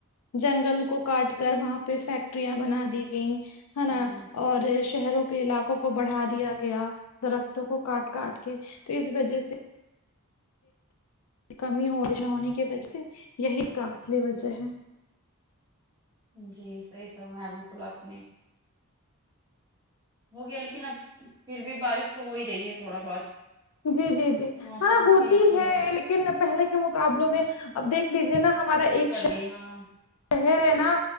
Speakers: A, on the left (about 80°); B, on the right (about 15°).
A: جنگل کو کاٹ کر وہاں پہ فیکٹریاں بنادی گئیں ہے نا
B: جی
A: اور شہروں علاقوں کو بڑھا دیا گیا درختوں کو کاٹ کاٹ کے تو اس وجہ سے کمی ہو بارش نہ ہونے کی وجہ سے یہی اس کا اصلی وجہ ہے
B: جی صحیح فرمایا بالکل آپ نے ہو گیا لیکن اب پھر بھی بارش تو ہو ہی رہی ہے تھوڑا بہت
A: جی جی جی
B: موسم
A: ہاں ہوتی
B: ٹھیک ہی
A: ہے لیکن پہلے کے مقابلوں میں اب دیکھ لیجیے نا ہمارا ایک شو
B: اے ہاں
A: شہر ہے نا